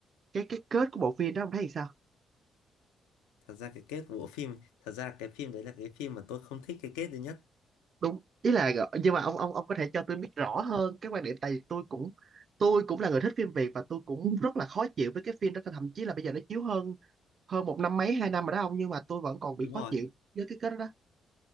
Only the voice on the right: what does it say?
cái cái kết của bộ phim đó ông thấy thì sao?
Đúng, ý là nhưng mà ông ông ông có thể cho tôi biết rõ hơn cái quan điểm tại vì tôi cũng tôi cũng là người thích phim Việt và tôi cũng rất là khó chịu với cái phim đó thậm chí là bây giờ nó chiếu hơn hơn một năm mấy hai năm rồi đó ông nhưng mà tôi vẫn còn bị
khó chịu với cái kết đó,